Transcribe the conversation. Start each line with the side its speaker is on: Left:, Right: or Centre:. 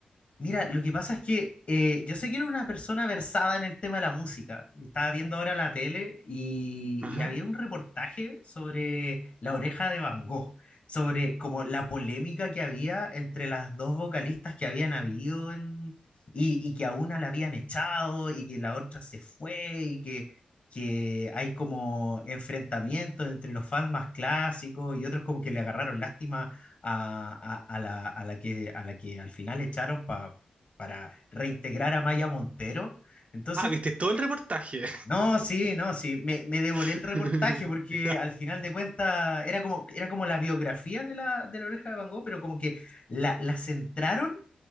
Left: Mira, lo que pasa es que eh, yo sé que era una persona versada en el tema de la música. Estaba viendo ahora la tele y,
Right: Ajá.
Left: y había un reportaje sobre la oreja de Van Gogh, sobre como la polémica que había entre las dos vocalistas que habían habido en, y, y que a una la habían echado y que la otra se fue y que, que hay como enfrentamientos entre los fans más clásicos y otros como que le agarraron lástima a, a- a la, a la que, a la que al final echaron pa- para reintegrar a Maya Montero. Entonces,
Right: Ah, viste todo el reportaje.
Left: no, sí, no, sí, me, me devoré
Right: <laughs>
Left: el reportaje porque al final de cuentas era como, era como la biografía de la, de la oreja de Van Gogh, pero como que la, la centraron